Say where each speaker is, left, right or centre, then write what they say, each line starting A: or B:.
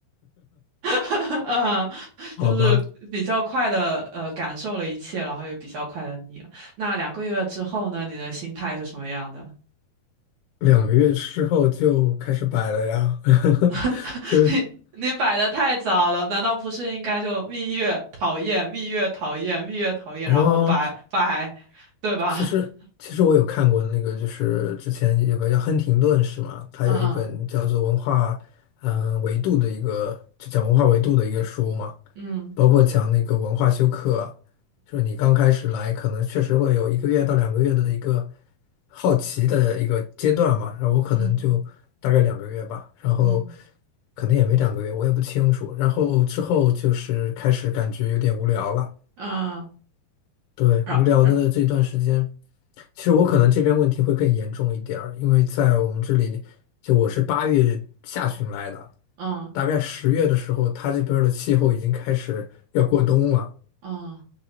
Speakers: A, on the right; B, on the left.
A: <laughs> 嗯，
B: 好吧，
A: 就是比较快的呃感受了一切，然后也比较快的腻了。那两个月之后呢，你的心态是什么样的？
B: 两个月之后就开始摆了呀，<laughs>
A: <laughs>
B: 就
A: 你你摆的太早了，难道不是应该就蜜月讨厌，蜜月讨厌，蜜月讨厌，
B: <laughs>
A: 然后拜拜，
B: 哦，
A: 对吧？
B: 其实其实我有看过那个，
A: <laughs>
B: 就是之前有个叫亨廷顿是吗？他有一本叫做《文化嗯、
A: 嗯嗯
B: 呃维度》的一个，就讲文化维度的一个书嘛。
A: 嗯
B: 包括讲那个文化修课，就是你刚开始来，可能确实会有一个月到两个月的一个好奇的一个阶段嘛。然后我可能就大概两个月吧，
A: 嗯嗯
B: 然后
A: 嗯
B: 可能也没两个月，我也不清楚。然后之后就是开始感觉有点无聊了，
A: 嗯，
B: 对，
A: 然然
B: 无聊的这段时间，其实我可能这边问题会更严重一点儿，因为在我们这里，就我是八月下旬来的，
A: 嗯
B: 大概十月的时候，他这边儿的气候已经开始要过冬了。
A: 嗯，